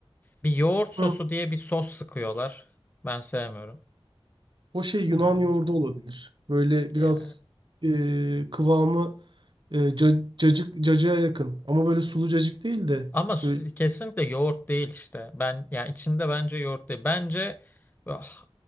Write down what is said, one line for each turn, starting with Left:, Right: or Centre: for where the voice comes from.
Left: Bir yoğurt sosu
Right: Hı.
Left: diye bir sos sıkıyorlar. Ben sevmiyorum.
Right: O şey
Left: Ee,
Right: Yunan yoğurdu olabilir. Böyle
Left: ya
Right: biraz e, kıvamı e, ca- cacık, cacığa yakın. Ama böyle sulu cacık değil de
Left: Ama su-
Right: böyle
Left: kesinlikle yoğurt değil işte. Ben yani içinde bence yoğurt değil. Bence ah,